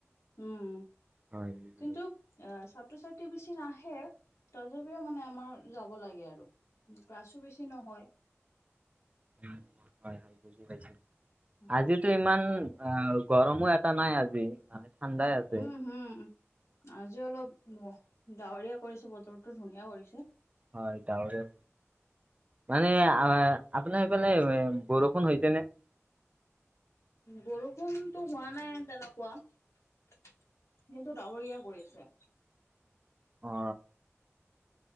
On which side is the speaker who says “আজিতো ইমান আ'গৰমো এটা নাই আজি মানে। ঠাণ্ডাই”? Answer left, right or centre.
Right